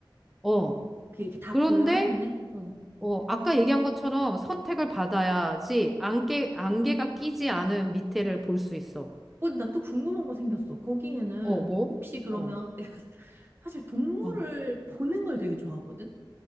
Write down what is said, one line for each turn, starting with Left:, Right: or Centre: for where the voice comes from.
Centre: 어.
Right: 그 이렇게 다
Centre: 그런데
Right: 보여 한눈에? 어.
Centre: 어, 아까 얘기한 것처럼 선택을 받아야지 안개 안개가 끼지 않은 밑에를 볼 수 있어.
Right: 어, 나 또 궁금한 거 생겼어. 거기에는
Centre: 어, 뭐?
Right: 혹시 그러면
Centre: 어,
Right: 내가 <laughs> 사실 동물을
Centre: 어,
Right: 보는 걸 되게 좋아하거든?